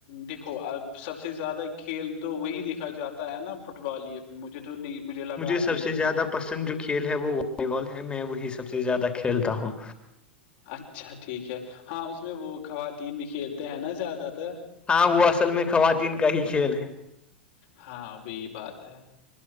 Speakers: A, on the left; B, on the left.
A: دیکھو سب سے زیادہ کھیل تو وہی دیکھا جاتا ہے نا فٹ بال یہ مجھے تو نہیں مجھے لگا آپ
B: سب
A: بھی
B: سے
A: دیکھتے
B: زیادہ پسند جو کھیل ہے وہ والی بال ہے میں وہی سب سے زیادہ کھیلتا ہوں
A: اچھا ٹھیک ہے ہاں اس میں وہ خواتین بھی کھیلتے ہیں نا زیادہ تر
B: ہاں وہ اصل میں خواتین کا ہی کھیل ہے
A: ہاں وہی بات ہے